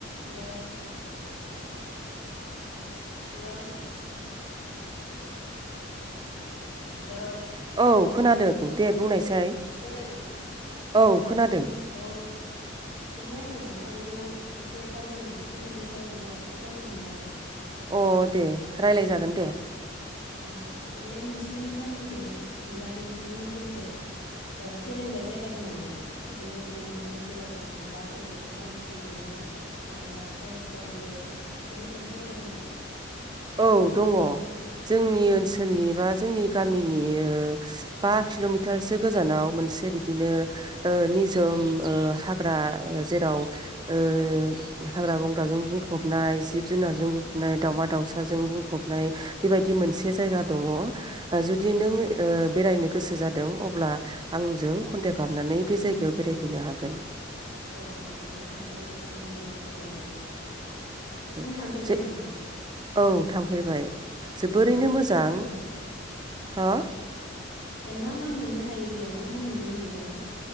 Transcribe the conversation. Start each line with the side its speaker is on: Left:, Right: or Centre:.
Left: हेल'। Hello.
Right: <unintelligible>
Left: Hello
Right: औ खोनादों दे बुंनायसाय
Left: खोनादोंना
Right: औ खोनादों।
Left: अ माने आङो नोंथांजों एसे दावबायनायनि सोमोन्दै सावरायनो थाखाय कल खालामदोंमोन आरो।
Right: अ दे रायलाय जागोन दे।
Left: अ माने नोंसिनि गामिखै बा नोंसिनि ओनसोलखै ओ माबा बेरायग्रा जायगा दं नामा बेबायदिनो जेराव थाङोब्ला गोसोखौ सान्थि मोनो मायण्डआ फ्रेस जायो बेफोरबायदि जायगा दं नामा?
Right: औ दङ जोंनि ओनसोलनि बा जोंनि गामिनि ओ बा किल'मिटारसो गोजानाव मोनसे बिदिनो ओ निजोम ओ हाग्रा जेराव ओ हाग्रा बंग्राजों बुंफबनाय जिब <unintelligible> जुनारजों बुंफबनाय दावमा दावसा। जों बुंफबनाय बेबायदि मोनसे जायगा दङ। जुदि नों ओ बेरायनो गोसो जादों अब्ला आंजों कन्टेक खालामनानै बे जायगायाव बेरायफैनो हागोन।
Left: अ माब्लाबा थांगोन दे सम मोजांफोर लानानै।
Right: दे
Left: नों थांफेरबाय
Right: जे
Left: नामा
Right: औ थांफेरबाय जोबोरैनो
Left: ए मा मा
Right: मोजां
Left: मोनो बेयाव
Right: हा
Left: मा-मा मोननो हायो बेयाव? मा-मा नुनो मोनगोन?